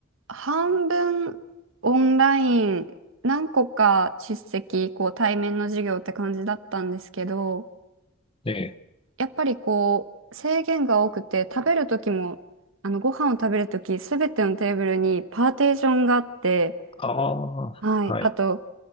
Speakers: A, on the right (about 65°); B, on the left (about 25°).
A: 半分オンライン、何個か出席、こう対面の授業って感じだったんですけど、
B: ええ、
A: やっぱりこう制限が多くて、食べる時も、あのご飯を食べる時すべてのテーブルにパーテーションがあって、
B: ああ、
A: はい、
B: はい。
A: あと、